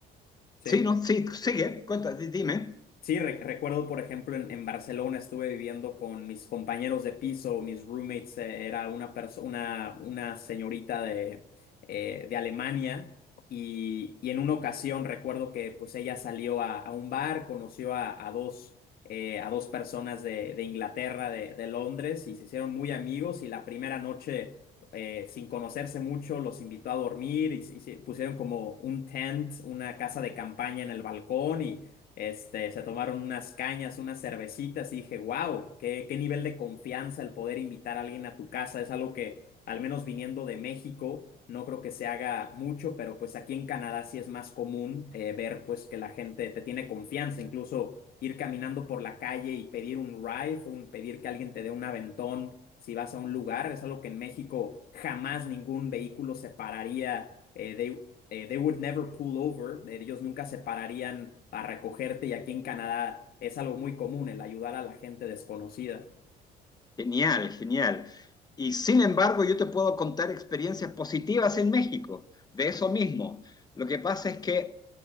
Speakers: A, on the left; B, on the left.
A: ¿Sí?
B: sí, ¿no? Sí, sigue, cuenta, di- dime.
A: Sí, re- recuerdo, por ejemplo, en, en Barcelona estuve viviendo con mis compañeros de piso, mis roommates, eh, era una persona, una señorita de, eh, de Alemania y, y en una ocasión recuerdo que pues ella salió a, a un bar, conoció a, a dos, eh, a dos personas de, de Inglaterra, de, de Londres y se hicieron muy amigos y la primera noche, eh, sin conocerse mucho, los invitó a dormir y, se- y se pusieron como un tent, una casa de campaña en el balcón y este, se tomaron unas cañas, unas cervecitas y dije, wow, qué, qué nivel de confianza el poder invitar a alguien a tu casa. Es algo que, al menos viniendo de México, no creo que se haga mucho, pero pues aquí en Canadá sí es más común eh, ver pues que la gente te tiene confianza, incluso ir caminando por la calle y pedir un ride, un, pedir que alguien te dé un aventón si vas a un lugar. Es algo que en México jamás ningún vehículo se pararía eh, de, eh, they would never pull over, eh, ellos nunca se pararían a recogerte y aquí en Canadá es algo muy común el ayudar a la gente desconocida.
B: Genial, genial. Y sin embargo, yo te puedo contar experiencias positivas en México, de eso mismo. Lo que pasa es que